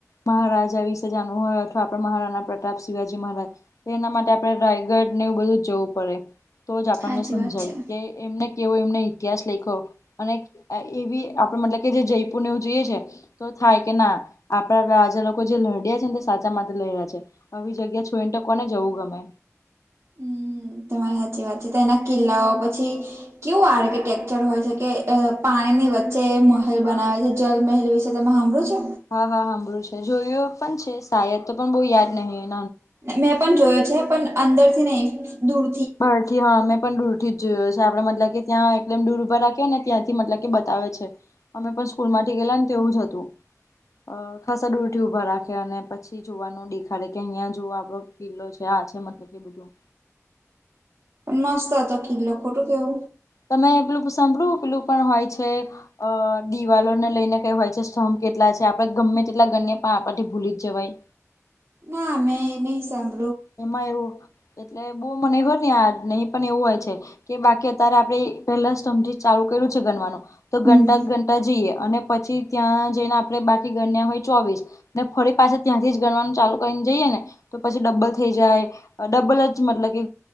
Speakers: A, on the left; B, on the right.
A: મહારાજા વિશે જાણવું હોય અથવા આપણે મહારાણા પ્રતાપ શિવાજી મહારાજ એના માટે આપણેે રાયગઢ ને એવું બધું જ જવું પડે તો જ આપણને
B: સાચી
A: સમજાય
B: વાત છે
A: કે એમને કેવો એમને ઇતિહાસ લેખો અને એવી આપડ મતલબ કે જે જઈ પુું જઈએ છે તો થાય કે ના આપણા રાજા લોકો જે લડ્યા છે ને તે સાચા માટે લડ્યા છે આવી જગ્યા છોઈને કોને જવું ગમે
B: હમ તમારી સાચી વાત છે તો એના કિલ્લાઓ પછી કેવું આર્કિટેક્ચર હોય છે કે પાણીની વચ્ચે હેલ
A: હા
B: બનાવે છે જલ મહેલ વિશે તમે હમરું છે
A: હા હા સાંભળું છે જોયું પણ છે શાયદ તો પણ બહુ યાદ નહીિ એ
B: મેં પણ જોયો છે પણ અંદર થી નહી દૂર
A: હરઠથી હા મેં પણ દુરથી આપડે મતલબ કે ત્યાં એકમ દૂર ઉભા રાખી ને ત્યાંથી મતલબ કે બતાવે છે અમે પણ સ્કૂલ માંથી ગેલા ને તે એવું જ હતું અ ખાસા દ ઉરઠી ઉઊભા રાખે અને પછી જોવાનું દેખાડ કે અહિયાયા જુવ આપડ કિલ્લો છે આ છે મતલબ કે બધું
B: નાસ્તા તો કલોખોટું કેવ
A: તમે પેલું સાંભળું પેલું પણ હોય છે અ દિવાલોને લઈને કઈ હોય છે સ્તંભ કેટલા છે આપડે ગમે તેટલા ગને પણ આપથી ભૂલી જ જવાય
B: ના મેં નહી સાબણીયુ
A: એમાં એવું એટલે બહુ મને ખર ને આ નહી પણ એવું હોય છે કે બાકી અત્યારે આપણે પહેલાજી ચાલુ કર્યું છે ગનવાનું તો
B: હમ
A: ગણતા ગણતાજઈએ અને પછી ત્યાં જઈને આપણે બાકી ગણ્યા હોય ચોવીસ ને ફરી પાછા ત્યાંથી જ ગણવાનું ચાલુ કરીને જઈએ ને તો પછી ડબલ થઈ જાય ડબલ જ મતલબ કે